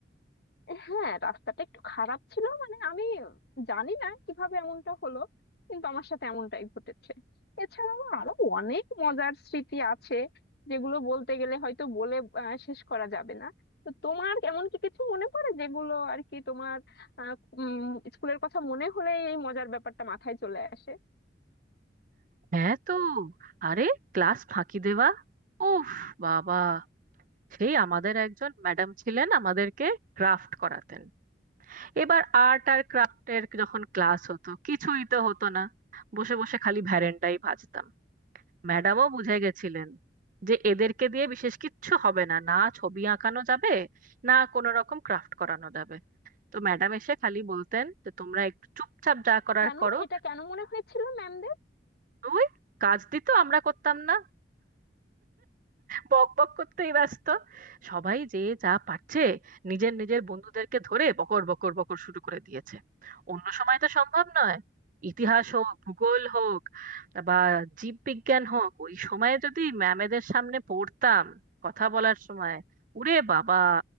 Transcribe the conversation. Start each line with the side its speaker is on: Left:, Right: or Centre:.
Left: হ্যাঁ রাস্তাটা একটু খারাপ ছিল মানে আমি জানি না কিভাবে এমনটা হলো কিন্তু আমার সাথে এমনটাই ঘটেছে এছাড়াও আরো অনেক মজার স্মৃতি আছে যেগুলো বলতে গেলে হয়তো বলে আহ, শেষ করা যাবে না তো তোমার এমন কি কিছু মনে পড়ে যেগুলো আর কি তোমার আহ, উম, স্কুলের কথা মনে হলে এই মজার ব্যাপারটা মাথায় চলে আসে
Right: হ্যাঁ তো আরে ক্লাস ফাঁকি দেওয়া উফ বাবা সেই আমাদের একজন ম্যাডাম ছিলেন আমাদেরকে ক্রাফট করাতেন এবার আর্ট আর ক্রাফটের যখন ক্লাস হতো কিছুই তো হতো না বসে বসে খালি ভ্যারেন্ডাই ভাজতাম ম্যাডামও বুঝে গেছিলেন যে এদেরকে দিয়ে বিশেষ কিচ্ছু হবে না না ছবি আঁকানো যাবে না কোনো রকম ক্রাফট করানো যাবে তো ম্যাডাম এসে খালি বলতেন যে তোমরা একটু চুপচাপ যা করার
Left: কেন
Right: করো
Left: এটা কেন মনে হয়েছিল ম্যামদের
Right: ওই কাজ দিত আমরা করতাম না বক বক করতেই ব্যস্ত সবাই যে যা পারছে নিজের নিজের বন্ধুদেরকে ধরে বকর বকর বকর শুরু করে দিয়েছে অন্য সময় তো সম্ভব নয় ইতিহাস হোক ভূগোল হোক বা জীববিজ্ঞান হোক ওই সময়ে যদি ম্যামেদের সামনে পড়তাম কথা বলার সময় উরে বাবা